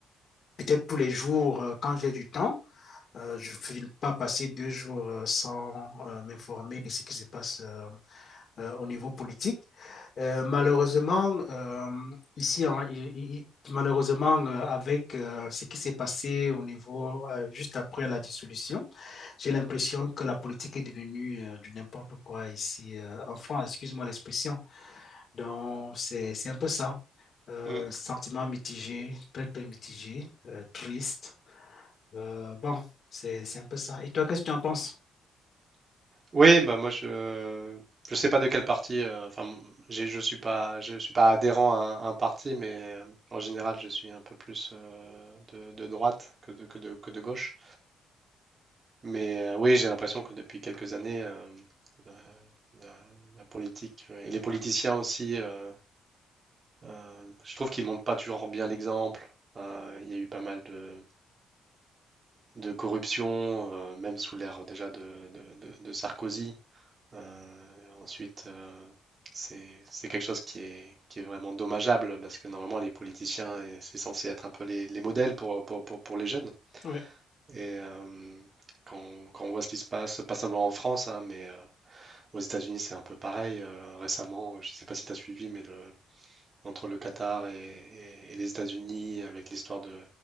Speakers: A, on the left; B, on the right.
A: peut-être tous les jours, euh, quand j'ai du temps, euh, je ne peux pas passer deux jours euh, sans euh, m'informer de ce qui se passe. euh, euh, au niveau politique. Euh, malheureusement, euh, ici, en, il, il, malheureusement, euh, avec euh, ce qui s'est passé au niveau euh, juste après la dissolution, j'ai l'impression que la politique est devenue euh, du n'importe quoi ici euh, en France, excuse-moi l'expression. Donc, c'est, c'est un peu ça. Euh,
B: Mm.
A: sentiment mitigé, très, très mitigé, euh, triste. Euh, bon, c'est, c'est un peu ça. Et toi, qu'est-ce que tu en penses?
B: Oui, bah moi je je sais pas de quel parti. euh, Enfin, j'ai- je suis pas je suis pas adhérent à un, un parti, mais euh, en général je suis un peu plus euh, de, de droite que de, que de, que de gauche. Mais euh, oui, j'ai l'impression que depuis quelques années, euh, euh, la, la politique euh, et les politiciens aussi. euh, Euh, je trouve qu'ils montrent pas toujours bien l'exemple. Euh, il y a eu pas mal de, de corruption, euh, même sous l'ère déjà de, de- de- de Sarkozy. Euh, ensuite, euh, c'est, c'est quelque chose qui est, qui est vraiment dommageable parce que normalement, les politiciens, et c'est censé être un peu les, les modèles pour, pour, pour- pour les jeunes.
A: Ouais.
B: Et euh, quand, on quand on voit ce qui se passe, pas seulement en France, hein, mais euh, aux États-Unis, c'est un peu pareil. euh, récemment, je sais pas si tu as suivi, mais le, entre le Qatar et, et- et les États-Unis, avec l'histoire de,